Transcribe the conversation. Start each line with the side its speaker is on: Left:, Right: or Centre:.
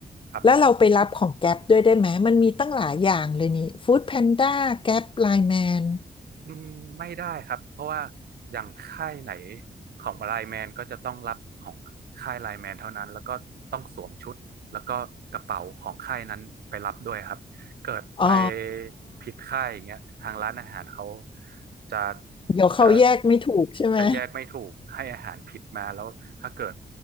Right: ครับ
Left: แล้วเราไปรับของแก๊ปด้วยได้ไหมมันมีตั้งหลายอย่างเลยนี่ฟู้ดแพนด้าแก๊ปไลน์แมน
Right: อืมไม่ได้ครับเพราะว่าอย่างค่ายไหนของไลน์แมนก็จะต้องรับของค่ายไลน์แมนเท่านั้นแล้วก็ต้องสวมชุดแล้วก็กระเป๋าของค่ายนั้นไปรับด้วยครับเกิดไป
Left: อ๋อ
Right: ผิดค่ายอย่างเงี้ยทางร้านอาหารเขาจะ
Left: เดี๋ยวเขาแยกไม่ถูกใช่ไหม
Right: จะจะแยกไม่ถูกให้อาหารผิดมาแล้วถ้าเกิด